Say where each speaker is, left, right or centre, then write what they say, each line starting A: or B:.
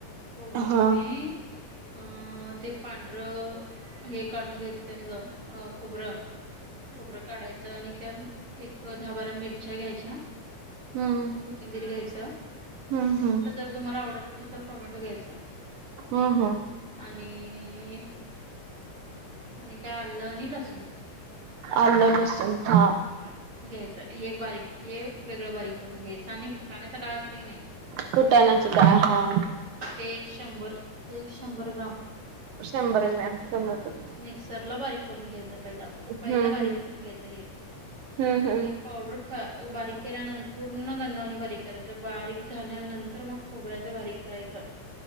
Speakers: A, on the right; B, on the right.
A: फोडून
B: हम्म हम्म
A: कि नई अं ते पांढरं हे कांंढून घ्यायचं त्यांतलं अ खोबरं. खोबरं काढायचं च आणि त्यात एक दहा बारा मिर्च्या द्यायच्या,
B: हं.
A: कोथिंबीर घ्यायचं,
B: हं हं.
A: जर तुम्हाला आवडत असेल तर टोमॅटो घ्यायचा,
B: हम्म हम्म
A: आणि आणि काय आलं आणि लसूण
B: आलं - लसूण हा.
A: हं, घ्यायचं हे बारीक हे वेगळं बारीक करूंन घ्यायचं. आणि फुटाण्याच डाळ असते की नाही,
B: फुटाण्यांची डाळ हा.
A: ते एक शंभर ते एक शंभर ग्राम
B: शंभर ग्रॅम <unintelligible>
A: मिक्सर ला बारीक करूंन घ्यायचं पहिल.
B: हम्म
A: पहिलं बारीक
B: हम्म
A: करूंन घ्यायचं हे.
B: हम्म हम्म
A: हे पावडर क ख बारीक केल्यानं पूर्ण गंधावानी बारीक करायचं. बारीक झाल्यानंतर मग खोबऱ्यांयच बारीक करायचं. <inaudible>